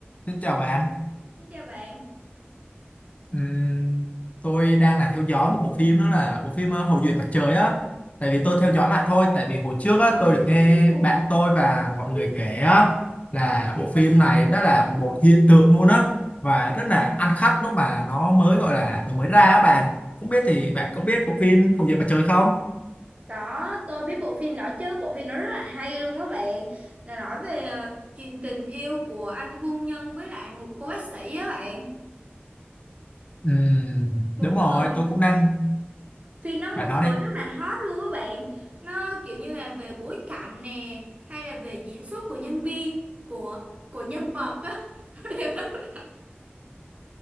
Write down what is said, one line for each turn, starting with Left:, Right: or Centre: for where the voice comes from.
Left: Xin chào bạn,
Right: Xin chào bạn.
Left: Ừm, tôi đang là theo dõi một bộ phim đó là bộ phim ờ, Hậu duệ mặt trời á. Tại vì tôi theo dõi lại thôi, tại vì hồi trước á, tôi được nghe bạn tôi và mọi người kể á, là bộ phim này đó là một hiện tượng luôn á và rất là ăn khách lúc mà nó mới gọi là nó mới ra á bạn. Không biết thì bạn có biết bộ phim Hậu duệ mặt trời không?
Right: Có, tôi biết bộ phim đó chứ, bộ phim nó rất là hay luôn á bạn. Nó nói về ờ, chuyện tình yêu của anh quân nhân với lại một cô bác sĩ á bạn.
Left: Ừm,
Right: Một
Left: đúng rồi,
Right: thời,
Left: tôi cũng đang
Right: phim nó
Left: bạn
Right: một
Left: nói
Right: thời
Left: đi.
Right: rất là hot luôn á bạn. Nó kiểu như là về bối cảnh nè, hay là về diễn xuất của nhân viên, của của nhân vật á, <laughs> nó đều rất,